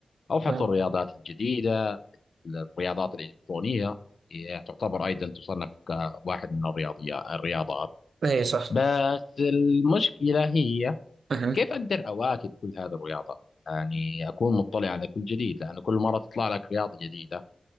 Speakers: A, on the left (about 70°); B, on the right (about 80°).
A: أو حتى
B: أها.
A: الرياضات الجديدة الرياضات الإلكترونية هي تعتبر أيضا تصنف كواحد من الرياضيات الرياضات
B: اي صح
A: بس المشكلة هي
B: أها.
A: كيف أقدر أواكب كل هذه الرياضات يعني أكون مطلع على كل جديد لأن كل مرة تطلع لك رياضة جديدة